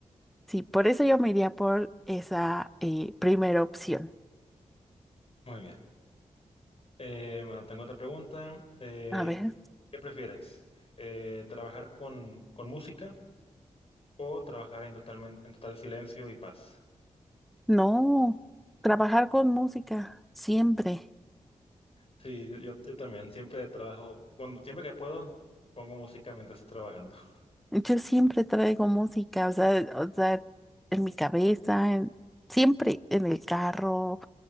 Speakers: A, in the centre; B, on the left (about 50°).
A: Sí, por eso yo me iría por esa eh, primera opción.
B: Muy bien. Eh, bueno, tengo otra pregunta. Eh,
A: A ver,
B: ¿qué prefieres? Eh, ¿trabajar con, con música o trabajar en totalmen- en total silencio y paz?
A: no, trabajar con música, siempre.
B: Sí, yo, yo yo también. Siempre trabajo, cuando siempre que puedo, pongo música mientras estoy trabajando. <laughs>
A: Yo siempre traigo música, o sea, o sea, en mi cabeza, en- siempre en el carro,